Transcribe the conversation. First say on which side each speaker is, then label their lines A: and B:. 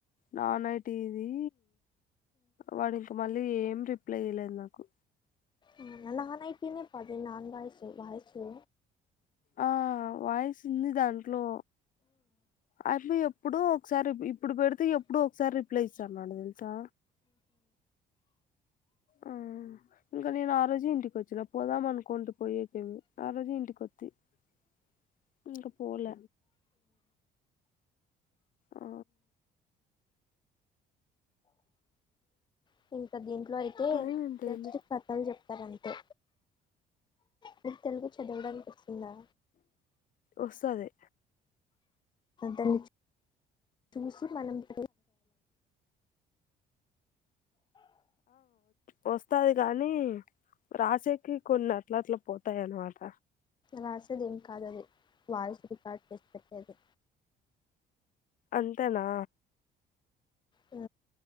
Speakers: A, on the left (about 50°); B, on the left (about 25°).
A: నానయి టి తేది వడి కమళి ఏం రిప్లై ఇయలేదు నాకు
B: అ నల్లనయిటే పఅది నా బాయ సొవాయిసు
A: ఆ వాయిస్ ఉంది దాంట్లో అయి ప్పఎప్పుడ ఒకసారి ఇప్పుడు పెడితే ఎప్పుడు ఒకసారి రిప్లై ఇస్తాన్నాడు తెలుసా ఆ ఇంక నేను ఆ రోజు ఇంటిక వచ్చిన పోదాం అనుకుంటూ పోయేకేమి ఆ రోజు ఇంటికొత్తిఇంకపోల ఆ
B: స ఇంకా దీంట్లో అయితే
A: టైం ఎంత
B: జస్ట్
A: అయింది
B: కథలు చెప్తారు అంతే మీకుతెలుగు చదవడానికి వస్తుందా
A: వస్తది
B: దాన్ని చూసి మనం <inaudible>
A: వస్తాది గాని రాసేకి కొన్ని అట్ల అట్ల పోతాయి అనమాట
B: రాసేది ఏం కాదది వాయిస్ రికార్డ్ చేసి పెట్టేది
A: అంతేనా
B: ఆ